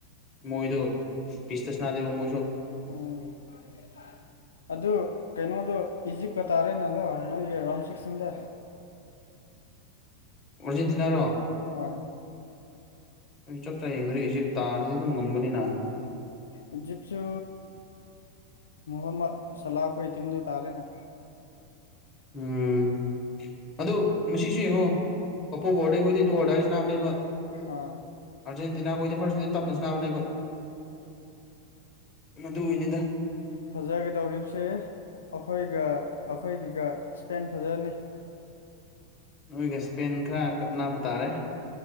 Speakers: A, on the left; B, on the left.
A: ꯃꯣꯏꯗꫭ ꯄꯤꯁꯇꯥ ꯁꯥꯅꯗꯦꯕꯥ ꯃꯣꯏꯁꯨ
B: ꯑꫭꯑ ꯑꯗꯨ ꯀꯩꯅꯣꯗꯣ ꯏꯖꯤꯞꯀꯥ ꯇꯥꯔꯦꯅꯥ ꯗꯣ ꯅꯣꯏꯒꯤ ꯔꯥꯎꯟ ꯁꯤꯛꯁꯇꯤꯟꯗꯥ꯫
A: ꯑꯔꯖꯦꯟꯇꯤꯅꯥ ꯔꫭ꯫
B: ꯑꯥꯎꯎ
A: ꯑꯩ ꯆꯞ ꯆꯥꯏꯅꯥ ꯌꯦꯡꯗꯔꯦ ꯏꯖꯤꯞ ꯇꯥꯔꯗꯤ ꯑꯗꯨꯝ ꯉꯝꯒꯅꯤꯅꯥ꯫
B: ꯏꯋꯤꯞꯁꯨ ꯃꯥꯍꯟꯃꯠ ꯁꯂꯥꯈꯣꯏꯒꯤ ꯇꯤꯝꯗꯨ ꯇꯥꯔꯦꯅꯥ꯫
A: ꯎꯝꯝ ꯝ ꯑꯗꯨ ꯉꯁꯤꯁꯨ ꯌꯦꯡꯉꯣ ꯀꯕꫭ ꯕꯣꯔꯗꯩ ꯑꯩꯈꯣꯏꯗꯤ ꯗꯨ ꯑꯔ ꯗꯥꯏ ꯁꯥ ꯅꯥꯕꯅꯦꯕꯥ꯫
B: ꯑꯥꯑ
A: ꯑꯥꯔꯖꯦꯟꯇꯅꯥ ꯈꫭꯏꯗꯤ ꯐꯥꯔꯇꯗꯤ ꯇꯞꯅꯅꯥ ꯁꯥꯅꯦꯕꯥꯅꯤꯕꯥ꯫ ꯃꯗꯨꯒꯤ ꯅꯤꯗꯥ
B: ꯐꯖꯔ°
A: ꯅꯣꯏꯒꯥ ꯏꯁꯄꯦꯟ ꯈꯔ ꯀꯞꯅꯕꯥ ꯇꯥꯔꯦ